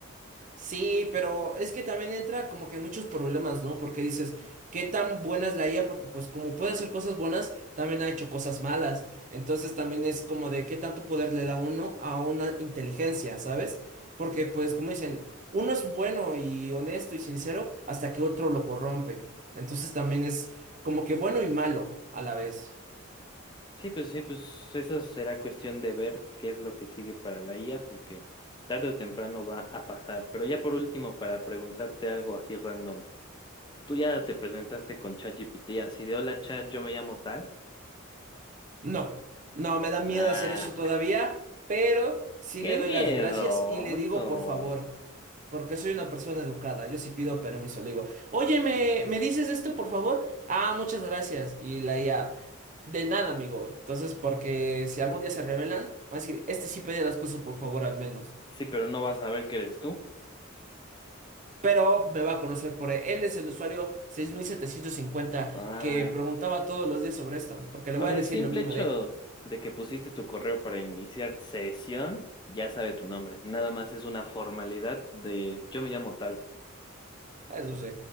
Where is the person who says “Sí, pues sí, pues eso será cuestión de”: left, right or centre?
Left